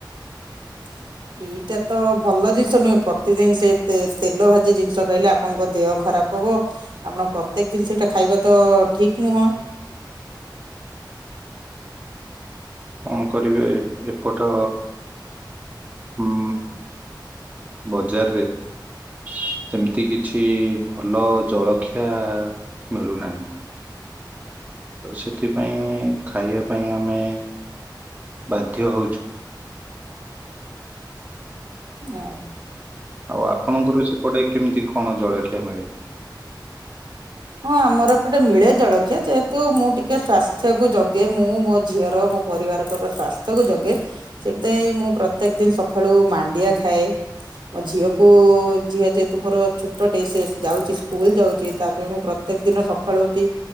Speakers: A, on the right; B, on the right.
A: ହଁ। ଏଇଟା ତ ଭଲ ଜିନିଷ ନୁହେଁ। ପ୍ରତିଦିନ ସେ ତେଲରେ ଭଜା ଜିନିଷ ଖାଇଲେ ଆପଣଙ୍କ ଦେହ ଖରାପ ଖରାପ ହେବ। ଆପଣ ପ୍ରତ୍ୟେକ ଜିନିଷତା ଖାଇବା ତ ଠିକ୍ ନୁହେଁ। <inaudible>
B: କଣ କରିବି ଏପଟ ଉଁ ବଜାରରେ ସେମିତି କିଛି ଭଲ ଜଳଖିଆ ମିଳୁନାହିଁ। ଆଉ ସେଥିପାଇଁ ଖାଇବା ପାଇଁ ଆମେ ବାଧ୍ୟ ହଉଛୁ।
A: ଆଁ।
B: ଆଉ ଆପଣଙ୍କର ସେପଟେ କେମିତି କଣ ଜଳଖିଆ ମିଳେ?
A: ହଁ, ଆମ ଏପଟେ ଜଳଖିଆ ସହଜରେ ମିଳେ। ଯେହେତୁ ମୁଁ ଟିକେ ସ୍ୱାସ୍ଥ୍ୟକୁ ଜଗେ, ମୁଁ ମୋ ଝିଅର ମୋ ପରିବାରର ସ୍ୱାସ୍ଥ୍ୟକୁ ଜଗେ, ସେଥିପାଇଁ ମୁଁ ପ୍ରତିଦିନ ସକାଳୁ ମାଣ୍ଡିଆ ଖାଏ। ମୋ ଝିଅକୁ ଝିଅ ଯେହେତୁ ମୋର ଛୋଟଟେ ସେ ଯାଉଛି ସ୍କୁଲ ଯାଉଛି ତାକୁ ସେଇଥପାଇଁ ମୁଁ ପ୍ରତ୍ୟେକ ଦିନ ସକାଳୁ ଉଠି